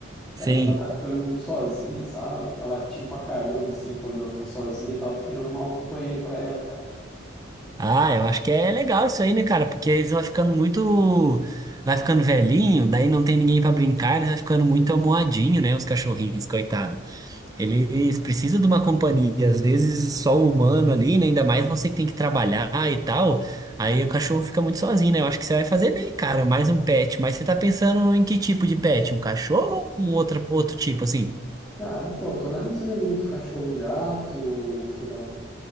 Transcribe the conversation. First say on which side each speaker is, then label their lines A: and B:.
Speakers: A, in the centre; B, on the right.
A: Daí
B: Sim.
A: ela tá ficando muito sozinha, sabe? Fica latindo pra caramba, assim, quando ela fica sozinha e tal. Tô querendo arrumar um companheiro pra ela, cara.
B: Ah, eu acho que é legal isso aí, né, cara? Porque eles vão ficando muito. Vai ficando velhinho, daí não tem ninguém pra brincar, eles vai ficando muito amuadinho, né? Os cachorrinhos, coitado. Eles precisam de uma companhia, às vezes só o humano ali, né? Ainda mais você que tem que trabalhar e tal. Aí o cachorro fica muito sozinho, né? Eu acho que você vai fazer bem, cara, mais um pet. Mas você tá pensando em que tipo de pet? Um cachorro ou outra, outro tipo, assim?
A: Cara, então, tô analisando entre o cachorro, um gato, ou sei lá,